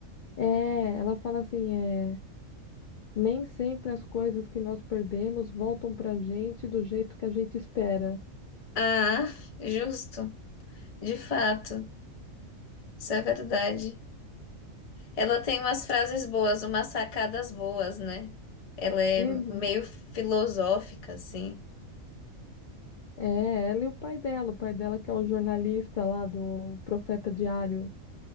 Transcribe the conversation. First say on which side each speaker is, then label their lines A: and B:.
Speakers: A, on the left (about 80°); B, on the left (about 40°).
A: É, ela fala assim, é, nem sempre as coisas que nós perdemos voltam pra gente do jeito que a gente espera.
B: Ah, justo. De fato. Isso é verdade. Ela tem umas frases boas, umas sacadas boas, né? Ela é
A: Uhum.
B: meio filosófica, assim.
A: É, ela e o pai dela, o pai dela que é o jornalista lá do Profeta Diário.